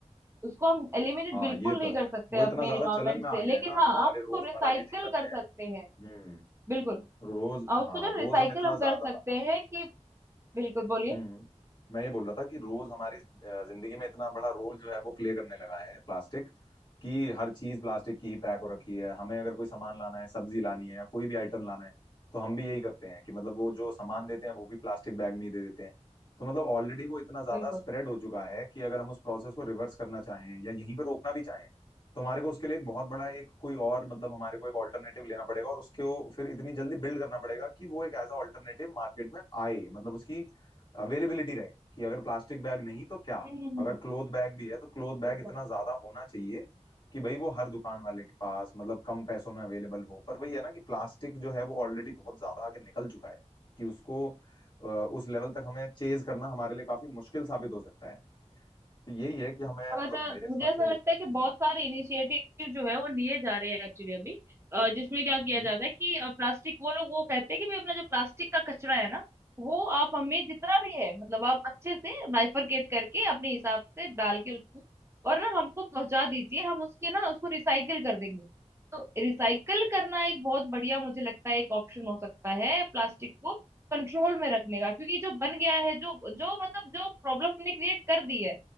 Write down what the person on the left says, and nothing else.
हाँ
ये
तो
है
वो
इतना ज्यादा
चलन में
आ गया
है ना
हमारे
रोजमर्रा
के जीवन
में
हम्म
रोज
हाँ
रोज
हम इतना
ज्यादा
हम्म मैं ये बोल रहा था कि रोज हमारी अ, जिंदगी में इतना बड़ा रोल जो है वो प्ले करने लगा है प्लास्टिक कि हर चीज प्लास्टिक की ही पैक हो रखी है हमें अगर कोई सामान लाना है सब्जी लानी है या कोई भी आइटम लाना है तो हम भी यही करते हैं कि मतलब वो जो सामान देते हैं वो भी प्लास्टिक बैग में ही दे देते हैं तो मतलब ऑलरेडी वो इतना ज्यादा
स्प्रेड हो चुका है कि अगर हम उस प्रोसेस को रिवर्स करना चाहें या यहीं पर रोकना भी चाहें तो हमारे को उसके लिए एक बहुत बड़ा एक कोई और मतलब हमारे को एक ऑल्टरनेटिव लेना पड़ेगा और उसको फिर इतनी जल्दी बिल्ड करना पड़ेगा कि वो एक एज अ ऑल्टरनेटिव मार्केट में आए मतलब उसकी अवेलेबिलिटी रहे कि अगर प्लास्टिक बैग नहीं तो क्या
अगर
क्लोथ बैग भी है तो क्लोथ बैग
इतना ज्यादा होना चाहिए कि भाई वो हर दुकान वाले के पास मतलब कम पैसों में अवेलेबल हो पर वही है ना कि प्लास्टिक जो है वो ऑलरेडी बहुत ज्यादा आगे निकल चुका है कि उसको अ, उस लेवल तक हमें चेज करना हमारे लिए काफी मुश्किल साबित हो सकता है तो यही है कि हमें
मतलब
मेरे
हिसाब
से
जी
हम्म,